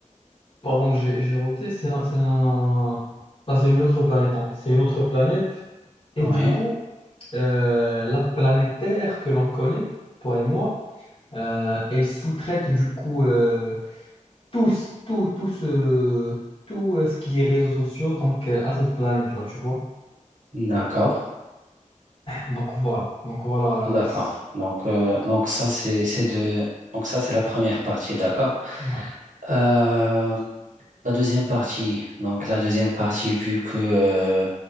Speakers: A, on the left; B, on the right.
A: Pardon, j'ai j'ai roté. C'est un. C'est un... bah, c'est une autre planète, en fait. C'est une autre planète. Et
B: Oui,
A: du coup, euh, la planète Terre que l'on connaît, toi et moi, Euh, elle sous-traite du coup euh, tout, ce- tout, tout ce, tout euh, ce qui est réseaux sociaux donc, euh, à cette planète-là, tu vois.
B: d'accord,
A: Donc voilà. Donc voilà.
B: d'accord.
A: c'est-
B: Donc, euh, donc ça c'est c'est de donc ça c'est la première partie, d'accord.
A: Ouais.
B: Euh, La deuxième partie, donc la deuxième partie, vu que euh,